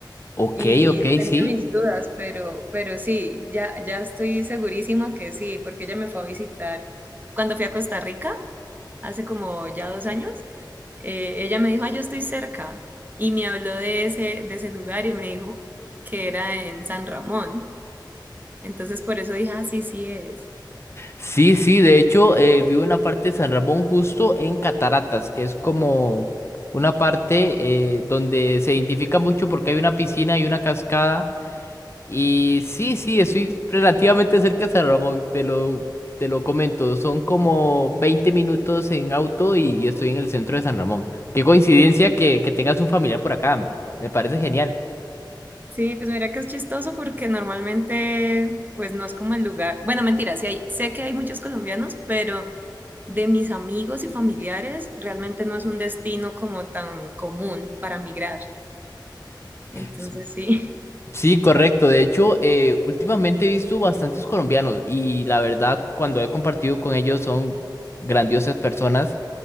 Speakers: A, on the left (about 35°); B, on the right (about 25°).
A: Ok,
B: y
A: ok,
B: tenía
A: sí.
B: mis dudas, pero, pero sí, ya, ya estoy segurísima que sí, porque ella me fue a visitar cuando fui a Costa Rica, hace como ya dos años. eh, ella me dijo, ah, yo estoy cerca y me habló de ese, de ese lugar y me dijo que era en San Ramón. Entonces por eso dije, ah, sí, sí es.
A: Sí, sí, de hecho, eh, vivo en la parte de San Ramón, justo en Cataratas, que es como una parte eh, donde se identifica mucho porque hay una piscina y una cascada Y sí, sí, estoy relativamente cerca de San Ramón, te lo, te lo comento. Son como 20 minutos en auto y, y estoy en el centro de San Ramón. Qué coincidencia que, que tengas un familiar por acá. Me parece genial.
B: Sí, pues mira que es chistoso porque normalmente, pues no es como el lugar. Bueno, mentira, sí hay, sé que hay muchos colombianos, pero de mis amigos y familiares, realmente no es un destino como tan común para migrar. Entonces
A: S-
B: sí.
A: Sí, correcto. De hecho, eh, últimamente he visto bastantes colombianos y la verdad, cuando he compartido con ellos, son grandiosas personas.